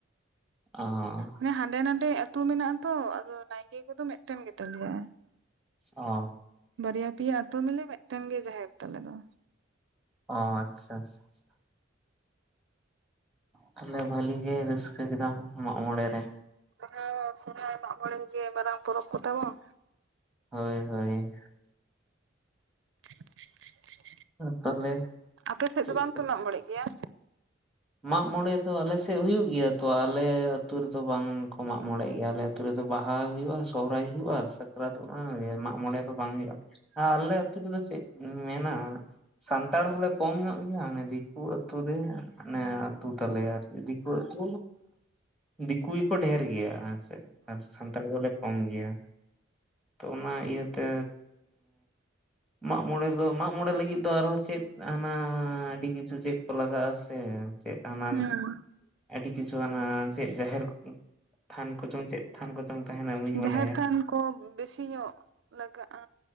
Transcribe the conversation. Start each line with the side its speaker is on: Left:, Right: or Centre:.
Centre: ᱚ
Right: ᱦᱮᱸ ᱦᱟᱸᱰᱮ ᱱᱟᱰᱮ ᱟᱹᱛᱩ ᱢᱮᱱᱟᱜ-ᱟ ᱛᱚ ᱟᱫᱚ ᱱᱟᱭᱠᱮ ᱠᱚᱫᱚ ᱢᱮᱫ ᱴᱮᱱ ᱜᱮᱛᱟ ᱞᱮᱟᱭ᱾
Centre: ᱚ
Right: ᱵᱟᱨᱭᱟ ᱯᱮᱭᱟ ᱟᱛᱳ ᱢᱤᱞᱮ ᱢᱤᱫᱴᱮᱱ ᱜᱮ ᱡᱟᱦᱮᱨ ᱛᱟᱞᱮ ᱫᱚ᱾
Centre: ᱚ ᱟᱪᱪᱷᱟ ᱟᱪᱪᱷᱟ ᱛᱟᱦᱞᱮ ᱵᱷᱟᱹᱞᱤ ᱜᱮ ᱨᱟᱹᱥᱠᱟᱹ ᱠᱮᱫᱟᱢ ᱢᱟᱜ ᱢᱚᱬᱮ ᱨᱮ
Right: ᱦᱮᱸ ᱥᱚᱨᱦᱟᱭ ᱢᱟᱜ ᱢᱚᱬᱮ ᱠᱚᱜᱮ ᱢᱟᱨᱟᱝ ᱯᱚᱨ ᱠᱚ ᱛᱟᱵᱚᱱ᱾
Centre: ᱦᱳᱭ ᱦᱳᱭ
Right: <inaudible>
Centre: ᱛᱟᱦᱚᱞᱮ
Right: ᱟᱯᱮ ᱥᱮᱫ
Centre: ᱪᱮᱫ
Right: ᱫᱚ ᱵᱟᱝᱯᱮ ᱢᱟᱜ ᱢᱚᱬᱮ ᱜᱮᱭᱟ?
Centre: ᱢᱟᱜ ᱢᱚᱬᱮ ᱫᱚ ᱟᱞᱮᱥᱮᱫ ᱦᱩᱭᱩᱜ ᱜᱮᱭᱟ ᱛᱚ ᱟᱞᱮ ᱟᱹᱛᱩ ᱨᱮᱫᱚ ᱵᱟᱝᱠᱚ ᱢᱟᱜ ᱢᱚᱬᱮ ᱜᱮᱭᱟ ᱟᱞᱮ ᱟᱛᱩ ᱨᱮᱫᱚ ᱵᱟᱦᱟ ᱦᱩᱭᱩᱜᱼᱟ ᱥᱚᱦᱚᱨᱟᱭ ᱦᱩᱭᱩᱜᱼᱟ ᱥᱟᱠᱨᱟᱛ ᱚᱱᱟ ᱜᱮ ᱢᱟᱜ ᱢᱚᱬᱮ ᱫᱚ ᱵᱟᱝ ᱦᱩᱭᱩᱜᱼᱟ᱾ ᱟᱞᱮ
Right: ᱚ
Centre: ᱟᱛᱩ ᱨᱮᱫᱚ ᱪᱮᱫ ᱢᱮᱱᱟ ᱥᱟᱱᱛᱟᱲ ᱦᱚᱞᱮ ᱠᱚᱢ ᱧᱚᱜ ᱜᱮᱭᱟ ᱚᱱᱮ ᱫᱤᱠᱩ ᱟᱛᱩᱨ ᱨᱮ ᱟᱱᱮ ᱟᱹᱛᱩ ᱛᱟᱞᱮ ᱟᱨᱠᱤ ᱫᱤᱠᱩ ᱟᱛᱩ ᱫᱤᱠᱩ ᱜᱮᱠᱚ ᱰᱷᱹᱮᱨ ᱜᱮᱭᱟ ᱟᱨ ᱪᱮᱫ ᱟᱨ ᱥᱟᱱᱛᱟᱲ ᱫᱚᱞᱮ ᱠᱚᱢ ᱜᱮᱭᱟ ᱛᱚ ᱚᱱᱟ ᱤᱭᱟᱹᱛᱮ ᱢᱟᱜ ᱢᱬᱮ ᱫᱚ ᱢᱟᱜ ᱢᱚᱬᱮ ᱞᱟᱹᱜᱤᱫ ᱫᱚ ᱟᱨᱦᱚᱸ ᱪᱮᱫ ᱦᱟᱱᱟ ᱟᱹᱰᱤ ᱠᱤᱪᱷᱩ ᱪᱮᱫ ᱠᱚ ᱞᱟᱜᱟᱜᱼᱟ ᱥᱮ ᱪᱮᱫ ᱦᱟᱱᱟ
Right: ᱦᱩᱸ
Centre: ᱟᱹᱰᱤ ᱠᱤᱪᱷᱩ ᱟᱱᱟ ᱪᱮᱫ ᱡᱟᱦᱮᱨ ᱛᱷᱟᱱ ᱠᱚᱪᱚᱝ ᱪᱮᱫ ᱛᱷᱟᱱ ᱠᱚ ᱪᱚᱝ ᱛᱟᱦᱮᱱᱟ ᱵᱟᱹᱧ
Right: ᱡᱟᱦᱮᱨ
Centre: ᱵᱟᱰᱟᱭᱟ
Right: ᱛᱷᱟᱱ ᱠᱚ ᱵᱮᱥᱤ ᱧᱚᱜ ᱞᱟᱜᱟᱜᱼᱟ,